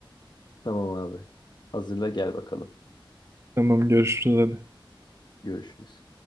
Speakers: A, on the left; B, on the right.
A: Tamam abi. Hazırla gel bakalım.
B: Tamam görüşürüz hadi.
A: Görüşürüz.